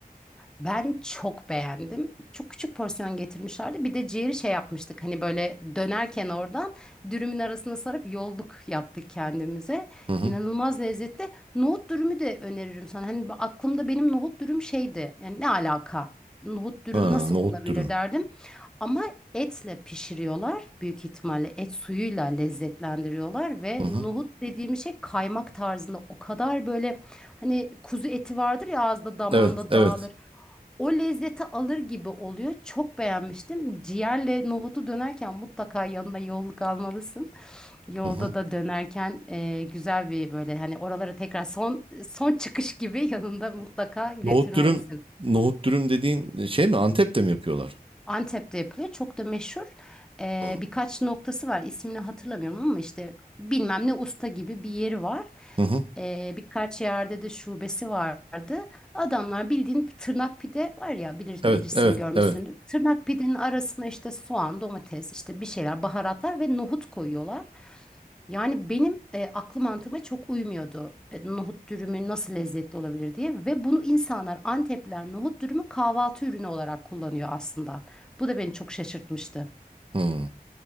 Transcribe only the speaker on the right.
Hı hı.
Ha,
nohut
dürüm.
Hı hı.
Evet, evet.
Hı hı.
Nohut dürüm, nohut dürüm dediğin şey mi? Antep'te mi yapıyorlar?
Hı
hı. hı.
Evet,
evet,
evet.
Hı.